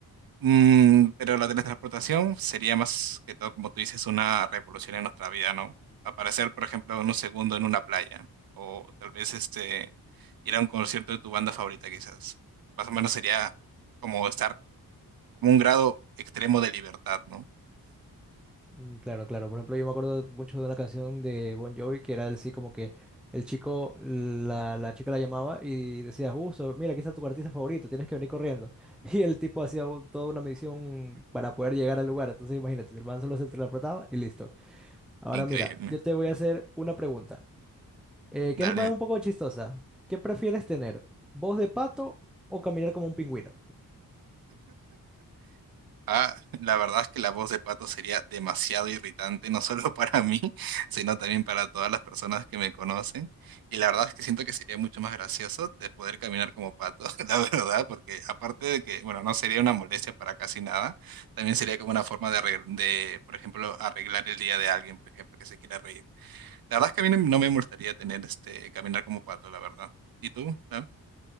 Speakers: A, on the right (about 75°); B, in the centre.
A: Mm, pero la teletransportación sería más que todo, como tú dices, una revolución en nuestra vida, ¿no? Aparecer, por ejemplo, en un segundo en una playa, o tal vez este, ir a un concierto de tu banda favorita, quizás. Más o menos sería como estar como un grado extremo de libertad, ¿no?
B: Mm, Claro, claro. Por ejemplo, yo me acuerdo mucho de una canción de Bon Jovi que era así como que el chico, la, la chica la llamaba y decía, justo, mira, aquí está tu artista favorito, tienes que venir corriendo. <laughs> Y el tipo hacía un- toda una misión para poder llegar al lugar. Entonces, imagínate, el man solo se interpretaba y listo. Ahora
A: Increíble.
B: mira, yo te voy a hacer una pregunta, eh,
A: Dale.
B: que es un poco chistosa. ¿Qué prefieres tener? ¿Voz de pato o caminar como un pingüino?
A: Ah, la verdad es que la voz de Pato sería demasiado irritante, no solo <laughs> para mí, sino también para todas las personas que me conocen. Y la verdad es que siento que sería mucho más gracioso de poder caminar como Pato, <laughs> la verdad, porque aparte de que, bueno, no sería una molestia para casi nada, también sería como una forma de, arregl- de, por ejemplo, arreglar el día de alguien, por ejemplo, que se quiera reír. La verdad es que a mí no no me molestaría tener este, caminar como Pato, la verdad. ¿Y tú? ¿No?